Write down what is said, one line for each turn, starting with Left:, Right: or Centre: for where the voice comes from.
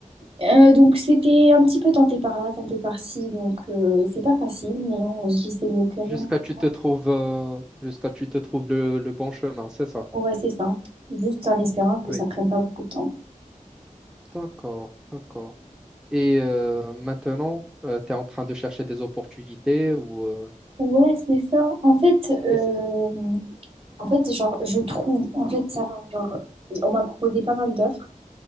Right: Euh, donc c'était un petit peu tenté par là, tenté par ci, donc euh, c'est pas facile, mais on se dit c'est mieux que rien.
Centre: Jusqu'à tu
Right: tu vois.
Centre: te trouves, euh, jusqu'à tu te trouves le, le bon chemin, c'est ça?
Right: Ouais, c'est ça. Juste en espérant que
Centre: Oui.
Right: ça prenne pas beaucoup de temps.
Centre: D'accord, d'accord. Et euh, maintenant, tu es en train de chercher des opportunités ou... euh,
Right: Ouais, c'est ça. En fait,
Centre: c'est-
Right: euh,
Centre: c'est-
Right: en fait, genre, je trouve, en fait, ça va. Genre, on m'a proposé pas mal d'offres.